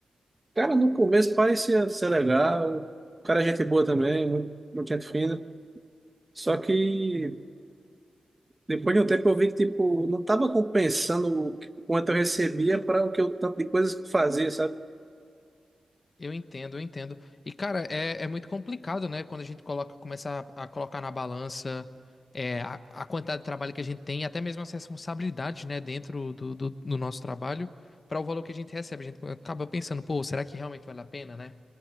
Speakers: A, on the right; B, on the left.
A: Cara, no começo parecia ser legal, o cara é gente boa também, mu- muita gente fina. Só que depois de um tempo eu vi que tipo, não estava compensando o que- o quanto eu recebia para o que eu tanto de coisas que eu fazia, sabe?
B: Eu entendo, eu entendo. E, cara, é, é muito complicado, né? Quando a gente coloca, começa a, a colocar na balança é, a, a quantidade de trabalho que a gente tem, até mesmo as responsabilidades, né, dentro do, do, do nosso trabalho, para o valor que a gente recebe. A gente acaba pensando, pô, será que realmente vale a pena, né?